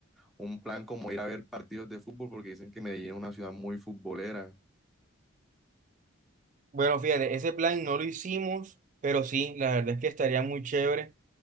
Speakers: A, in the centre; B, on the right (about 35°).
A: un plan como ir a ver partidos de fútbol porque dicen que Medellín es una ciudad muy futbolera
B: Bueno, fíjate, ese plan no lo hicimos, pero sí, la verdad es que estaría muy chévere.